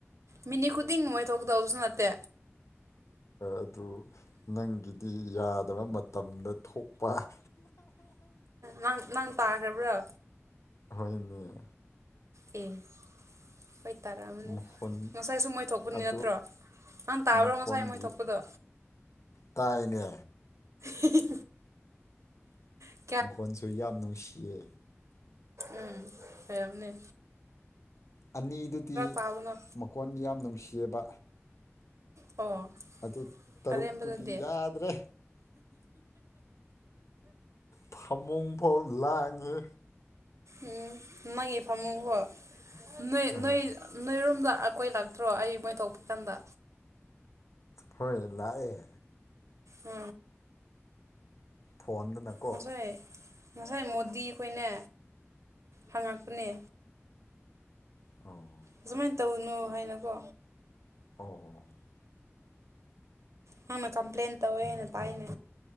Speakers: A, on the right; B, on the left.
A: ꯃꯤꯅꯤ ꯈꯨꯨꯗ ꯇꯤꯡ ꯃꯣꯏ ꯊꯣꯛꯀꯇꯕꯁꯨ ꯅꯠꯇꯦ
B: ꯑꯗꯨ ꯅꯪꯒꯤꯗꯤ ꯌꯥꯗꯕ ꯃꯇꯝ ꯃꯇꯝꯗ ꯊꯣꯛꯄ
A: ꯅꯪ ꯅꯪ ꯇꯥꯈ꯭ꯔꯕ꯭ꯔꯣ
B: ꯍꯣꯏꯅꯦ
A: ꯑꯦ ꯍꯣꯏ ꯇꯥꯔꯛꯑꯃꯅꯤ
B: ꯃꯈꯣꯟ
A: ꯉꯁꯥꯏꯁꯨ ꯃꯣꯏ ꯊꯣꯛꯄꯅꯤ
B: ꯑꯗꯨ
A: ꯅꯠꯇ꯭ꯔꯣ ꯅꯪ ꯇꯥꯕ꯭ꯔꯣ
B: ꯃꯈꯣꯟꯗꯤ
A: ꯉꯁꯥꯏ ꯃꯣꯏ ꯊꯣꯛꯄꯗꯣ
B: ꯇꯥꯏꯅꯦ
A: ꯍꯤ ꯍꯤ ꯍꯤ
B: ꯃꯈꯣꯟꯁꯨ ꯌꯥꯝ ꯅꯨꯡꯁꯤꯌꯦ
A: ꯎꯝ ꯐꯔꯥꯕꯥꯅꯦ
B: ꯑꯅꯤꯗꯨꯗꯤ
A: ꯇꯥꯕꯅꯣ
B: ꯃꯈꯀꯣꯟ ꯌꯥꯝ ꯅꯨꯡꯁꯤꯌꯦꯕ
A: ꯑꯣ
B: ꯑꯗꯨ ꯇꯔꯨꯛꯇꯨꯗꯤ
A: ꯑꯔꯦꯝꯕꯗꯗꯤ
B: ꯌꯥꯗ꯭ꯔꯦ ꯐꯃꯨꯡꯐꯥꯎ ꯂꯥꯡꯉꯦ
A: ꯎꯕ ꯃꯒꯤ ꯐꯃꯨꯡ ꯀꯣ ꯅꯣꯢ
B: ꯎꯝ
A: ꯅꯣꯢ ꯅꯣꯏꯔꯣꯝꯗ ꯑꯩꯈꯣꯏ ꯂꯥꯛꯇ꯭ꯔꯣ ꯑꯩ ꯃꯣꯏ ꯊꯣꯛꯣꯛꯄ ꯀꯥꯟꯗ
B: ꯍꯣꯏ ꯂꯥꯛꯑꯦ
A: ꯑ
B: ꯐꯣꯟꯗꯨꯅꯠ
A: ꯉꯁꯥꯏ ꯉꯁꯥꯏ ꯃꯣꯗꯤ ꯈꯣꯏꯅꯦ ꯍꯪꯉꯛꯄꯅꯦ
B: ꯑꯧ
A: ꯑꯁꯨꯃꯥꯢ ꯇꯧꯅꯨ ꯍꯥꯢꯅꯀꯣ
B: ꯑꯣ ꯍꯣ
A: ꯅꯪꯅ ꯀꯝꯄ꯭ꯂꯦꯟ ꯇꯧꯋꯦꯅ ꯇꯥꯢꯅꯦ